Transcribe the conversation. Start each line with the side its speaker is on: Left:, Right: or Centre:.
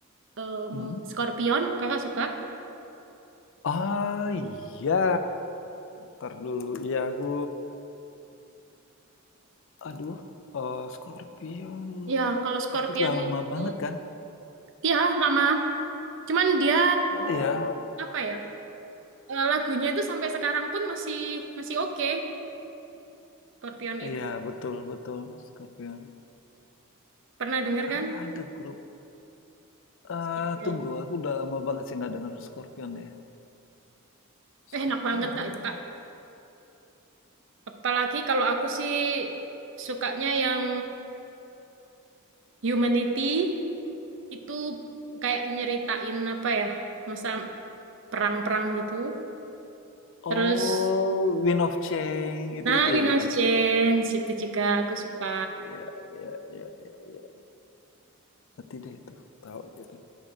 Right: em,
Left: Hmm.
Right: Scorpion, Kakak suka?
Left: Ah, iya. Ntar dulu. Iya, aku... Aduh, eh, Scorpion...
Right: Ya, kalau Scorpion
Left: Itu udah lama
Right: itu
Left: banget kan?
Right: ya lama. Cuman dia
Left: Iya,
Right: apa ya eh, lagunya itu sampai sekarang pun masih masih oke Scorpion itu
Left: iya, betul, betul. Scorpion.
Right: pernah denger
Left: Aku
Right: kan
Left: ada grup. eh
Right: Scorpion
Left: tunggu, aku udah lama banget sih nggak denger Scorpion ya. Scorpion.
Right: eh, enak banget kak itu kak apalagi kalau aku sih sukanya yang Humanity itu kayak nyeritain apa ya masa perang-perang gitu
Left: Oh,
Right: terus
Left: Wind of Change. Itu-itu
Right: nah Winner's
Left: ya, bukan?
Right: change itu juga aku suka
Left: Iya, iya, iya, iya. iya. Nanti deh itu. Tahu gitu.